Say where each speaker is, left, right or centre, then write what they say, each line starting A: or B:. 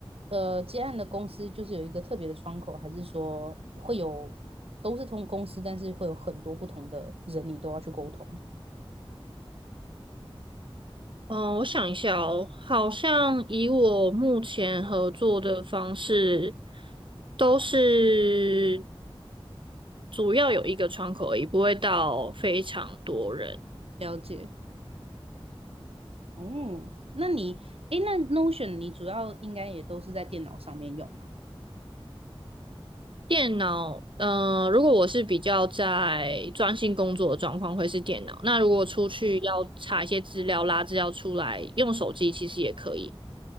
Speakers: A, on the right; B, on the right.
A: 呃接案的公司就是有一个特别的窗口，还是说会有都是同公司，但是会有很多不同的人，你都要去沟通？
B: 嗯，我想一下哦，好像以我目前合作的方式，都是主要有一个窗口而已，不会到非常多人。
A: 了解。哦，那你，诶，那 Notion 你主要应该也都是在电脑上面用吗？
B: 电脑，嗯、如果我是比较在专心工作的状况，会是电脑。那如果出去要查一些资料、拉资料出来，用手机其实也可以。